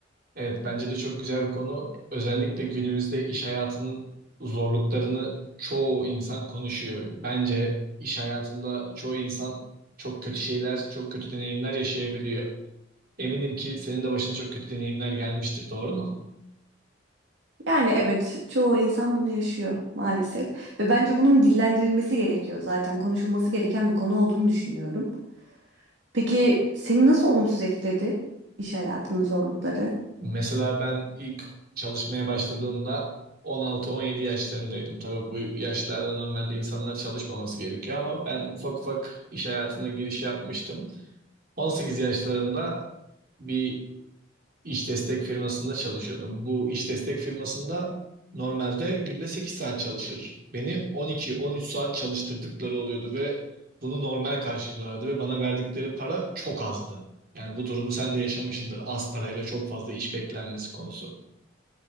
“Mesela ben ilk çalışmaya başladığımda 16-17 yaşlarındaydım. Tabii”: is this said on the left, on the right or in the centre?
Right